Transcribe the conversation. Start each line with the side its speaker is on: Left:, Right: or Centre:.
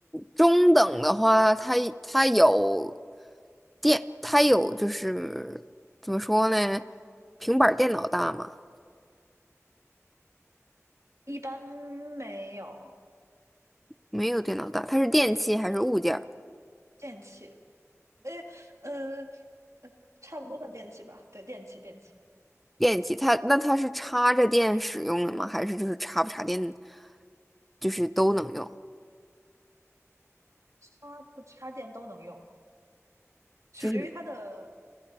Centre: 中等的话，它它有电，它有就是怎么说呢？平板儿电脑大吗？
Right: 一般没有
Centre: 没有电脑大，它是电器还是物件儿
Right: 电器，哎，呃呃，差不多的电器吧，对，电器电器，
Centre: 电器，它那它是插着电使用的吗？还是就是插不插电，就是都能用？
Right: 插不插电都能用，取决于它的
Centre: 就是